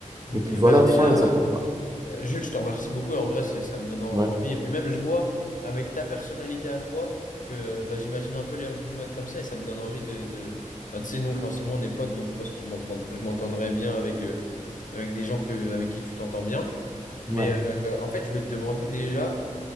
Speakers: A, on the left; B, on the right.
A: Ok,
B: et puis voilà,
A: mais ah, déjà,
B: fin, et ça leur
A: ah,
B: fera.
A: Euh, Jules, je te remercie beaucoup. En vrai, c'est, ça me donne en-
B: Ouais,
A: envie. Et puis même, je vois avec ta personnalité à toi que euh, bah, j'imagine un peu les rugbyman comme ça et ça me donne envie de... de... Bah, tu sais, nous, forcément, on est potes, donc je pense que je m'entends- je m'entendrai bien avec, euh, avec des gens que, avec qui tu t'entends bien. Mais
B: ouais.
A: euh, en fait, je voulais te demander déjà,